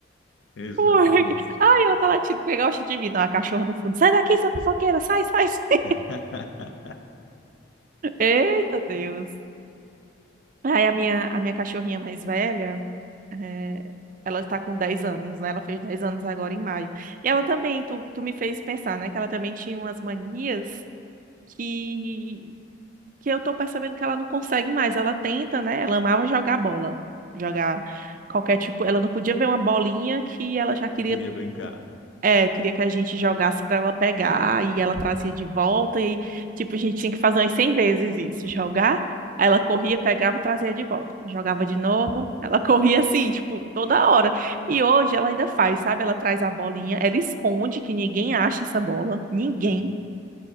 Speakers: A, on the left (about 70°); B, on the right (about 45°).
A: exatamente.
B: Porra, que- Ai, ela tá latindo, pegar o de mim, não, a cachorra no fundo. Sai daqui, sua fofoqueira, sai, sai. <laughs>
A: <laughs>
B: Eita, Deus. Aí a minha, a minha cachorrinha mais velha, eh, ela está com 10 anos, né? Ela fez 10 anos agora em maio. E ela também, tu, tu me fez pensar, né? Que ela também tinha umas manias que, que eu tô percebendo que ela não consegue mais. Ela tenta, né? Ela amava jogar bola. Jogar qualquer tipo. Ela não podia ver uma bolinha que ela já queria
A: Que queria brincar.
B: É, queria que a gente jogasse para ela pegar e ela trazia de volta e tipo a gente tinha que fazer umas 100 vezes isso, jogar, aí ela corria, pegava, trazia de volta, jogava de novo, ela <laughs> corria assim, tipo, toda hora. E hoje ela ainda faz, sabe? Ela traz a bolinha, ela esconde que ninguém acha essa bola, ninguém.
A: <laughs>